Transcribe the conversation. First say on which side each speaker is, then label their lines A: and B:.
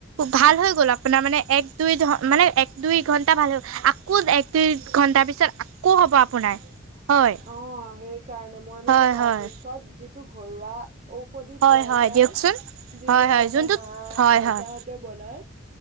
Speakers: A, on the right; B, on the right.
A: ভাল হৈ গ'ল আপোনাৰ মানে এক দুই মানে এক দুই ঘণ্টা ভাল হৈ হ'ল। আকৌ এক দুই ঘণ্টাৰ পিছত আকৌ হ'ব আপোনাৰ হয়।
B: অ', সেইকাৰণে মই মানে
A: হয়
B: পৰাপক্ষত
A: হয়
B: যিটো ঘৰুৱা ঔষধি পোৱা
A: হয় হয়
B: যায়
A: দিয়কচোন
B: যিবিলাক
A: হয় হয়
B: আমাৰ
A: যোনটোত
B: মা
A: হয়
B: আইতাহঁতে
A: হয়
B: বনাই।